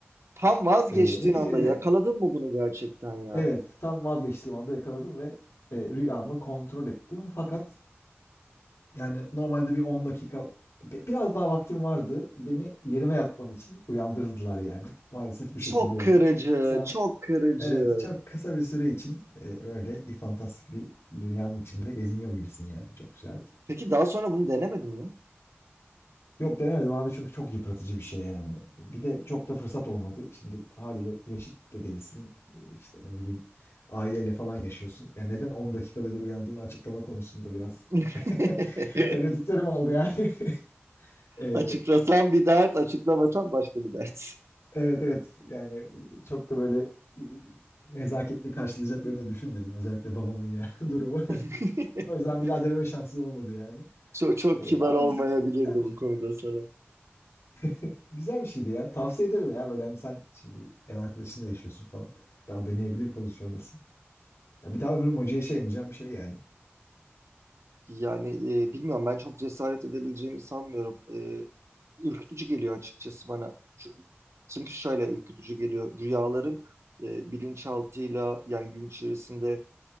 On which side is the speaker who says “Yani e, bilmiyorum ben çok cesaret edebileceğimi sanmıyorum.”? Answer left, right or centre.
Right